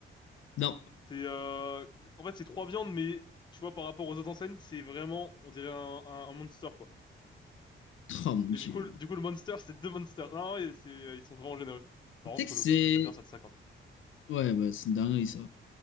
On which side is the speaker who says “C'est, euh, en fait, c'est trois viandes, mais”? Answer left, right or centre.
Left